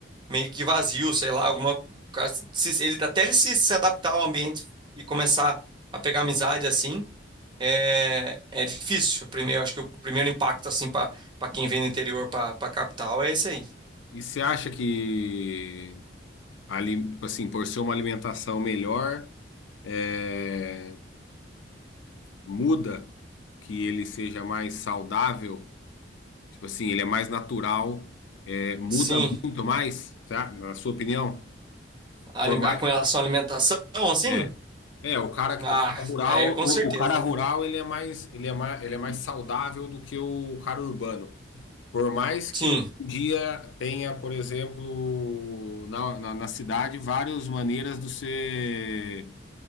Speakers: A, on the right; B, on the left.
A: meio que vazio, sei lá, alguma ca- se- ele até ele se, se adaptar ao ambiente e começar a pegar amizade assim, é, é difícil. Primeiro, acho que o primeiro impacto assim para para quem vem do interior para para capital é esse aí.
B: E você acha que, ali, tipo assim, por ser uma alimentação melhor, é, muda que ele seja mais saudável? Tipo assim, ele é mais natural, é, muda
A: Sim,
B: muito mais, tá? Na sua opinião?
A: a,
B: Por
A: ali-
B: mais,
A: a- com relação à alimentação, assim,
B: é, é o cara,
A: ah,
B: que- o cara rural,
A: é
B: o,
A: com certeza,
B: o cara rural
A: né?
B: ele é mais, ele é mais, ele é mais saudável do que o cara urbano. Por mais que
A: Sim,
B: hoje em dia tenha, por exemplo, na, na, na cidade várias maneiras de você,